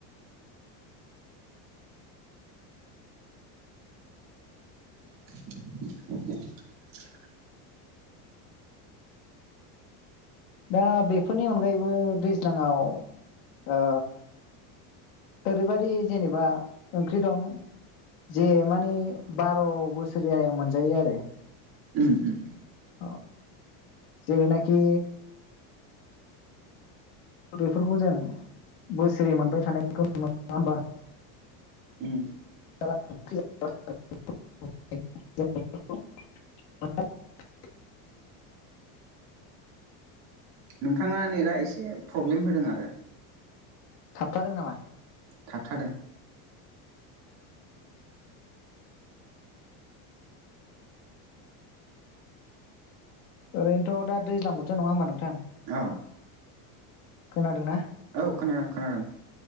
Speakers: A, on the right; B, on the left.
A: <inaudible>
B: दा बेफोरनि अनगायैबो दैज्लांआव ओ ओरैबादि जेनेबा ओंख्रि दं जे मानि बार' बोसोरिया मोनजायो आरो।
A: उम-उम।
B: अह जेरैनाखि बेफोरखौ जों बोसोरै मोनबाय थानायखौ नुनो मोनो नङा होमबा।
A: उम
B: <inaudible>
A: नोंथाङा नै दा एसे प्रब्लेम होदों आरो।
B: थाबथादों नामा?
A: थाबथादों
B: ओरैनोथ' दा दैजां बोथो नङा होमबा नोंथां?
A: औ।
B: खोनादोंना?
A: औ खोनादों खोनादों